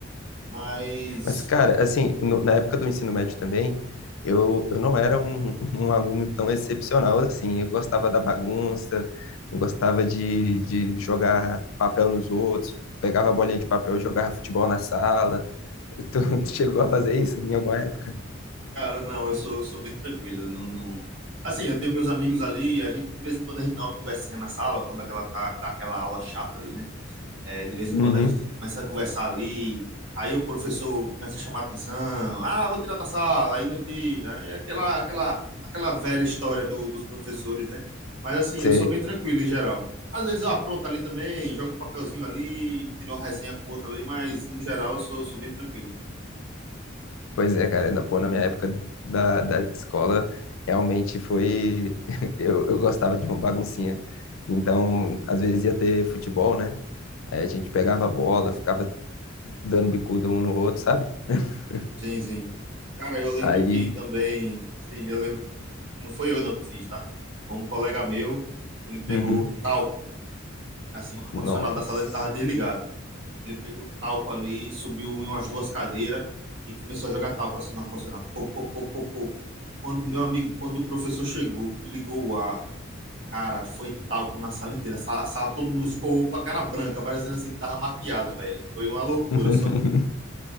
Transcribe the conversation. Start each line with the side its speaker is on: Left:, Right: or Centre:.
Right: Mas,
Left: Mas, cara, assim, no- na época do ensino médio também, eu, eu não era um, <laughs> um aluno tão excepcional assim. Eu gostava da bagunça, eu gostava de, de jogar papel nos outros, pegava a bolinha de papel e jogava futebol na sala. <laughs> Tu, tu chegou a fazer isso em alguma época?
Right: cara, não, eu sou, sou bem tranquilo. eu Não, não... Assim, eu tenho meus amigos ali, a gente, de vez em quando, a gente dá uma conversinha na sala, quando aquela, tá, tá aquela aula chata ali, né? É, de vez em
Left: Uhum,
Right: quando a gente começa a conversar ali, aí o professor começa a chamar a atenção, ah, vou tirar da sala, aí não tira, é aquela, aquela, aquela velha história do, dos professores, né? Mas assim,
Left: sei.
Right: eu sou bem tranquilo em geral. Às vezes eu apronto ali também, jogo um papelzinho ali, tiro uma resenha com outra ali, mas no geral eu sou, sou bem tranquilo.
Left: Pois é, cara, na, pô, na minha época da, da escola, realmente foi. <laughs> Eu, eu gostava de uma baguncinha. Então, às vezes ia ter futebol, né? Aí a gente pegava a bola, ficava dando bicuda um no outro, sabe? <laughs>
Right: Sim, sim. Cara, eu lembro
Left: Aí,
Right: que também, assim, eu lembro que não foi eu não que fiz, tá? Foi um colega meu, ele pegou
Left: uhum,
Right: talco, assim, o ar-condicionado
Left: nossa.
Right: da sala ele tava desligado. Ele pegou talco ali, subiu em umas duas cadeiras e começou a jogar talco assim no ar-condicionado. Pô, pô, pô, pô, pô. Quando, meu amigo, quando o professor chegou, que ligou o ar, cara, foi talco na sala inteira. A sala, a sala todo mundo ficou com a cara branca, parecendo assim que tava maquiado, velho. Foi uma loucura
Left: <laughs>
Right: só.